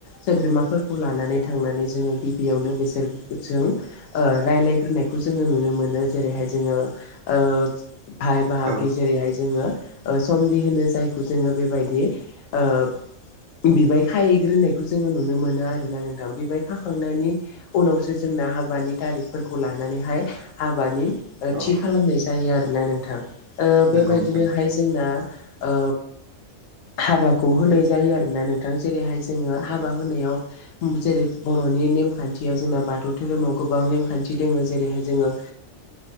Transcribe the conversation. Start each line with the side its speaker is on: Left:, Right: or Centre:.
Left: सोद्रोमाफोरखौ लानानै थांनानै जोङो गि बियावनो बेसोर जों रायज्लायग्रोनायखौ जोङो नुनो मोनो जेरैहाय जोङो ओ भाय बाहागि
Right: औ
Left: जेरैहाय जोङो ओ समदि होनो जायखौ जोङो बेबायदि ओ बिबाय खाहैग्रोनायखौ जोङो नुनो मोनो आरोना नोंथां बिबाय खाखांनायनि उनावसो जों जोंना हाबानि थारिखफोरखौ लानानैहाय हाबानि ओ
Right: औ
Left: थि खालामनाय जायो आरोना नोंथां ओ
Right: नंगौ
Left: बेबायदिनोहाय
Right: नोंथां
Left: जोंना ओ
Right: <inaudible>
Left: हाबाखौ होनाय जायो आरो ना नोंथां जेरैहाय जोङो हाबा
Right: औ
Left: होनायाव जेरै बर'नि नेम खान्थियाव जोंना बाथौ धोरोमाव गोबां नेमखान्थि दोङो जेरैहाय जोङो